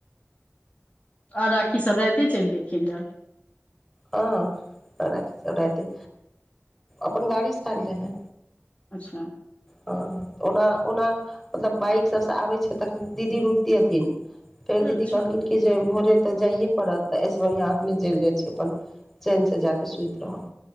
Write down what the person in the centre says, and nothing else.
हँ राखी सब रैते अपन गाड़ीसँ एल रहे
ह त ओना ओना। मतलब बाइक सबसँ आबै छै। तखन दीदी रुकती हथिन। फेर दीदी
कहलखिन कि जे भोरे तऽ जैए पड़त त ऐसे बरहीया एखने चैल जाइ छी। अपन चैन से जााकऽ सुइत‌ रहब।